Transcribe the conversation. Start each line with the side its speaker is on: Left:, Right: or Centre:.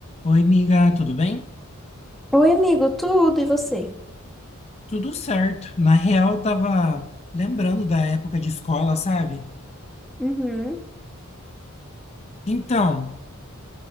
Left: Oi, amiga, tudo bem?
Centre: Oi, amigo, tudo e você?
Left: Tudo certo. Na real, tava lembrando da época de escola, sabe?
Centre: Uhum,
Left: Então,